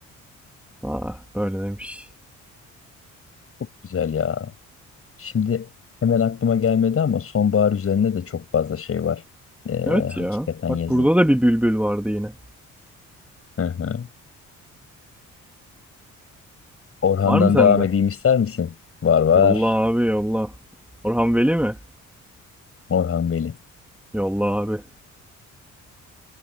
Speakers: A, in the centre; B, on the left.
A: Ah, böyle demiş.
B: Çok güzel ya. Şimdi hemen aklıma gelmedi ama sonbahar üzerine de çok fazla şey var. Ee,
A: Evet
B: hakikaten
A: ya,
B: yazı.
A: bak burada da bir bülbül vardı yine.
B: Hı hı. Orhan'dan
A: Var mı sende?
B: devam edeyim ister misin? Var var.
A: Yolla abi yolla. Orhan Veli mi?
B: Orhan Veli.
A: Yolla abi.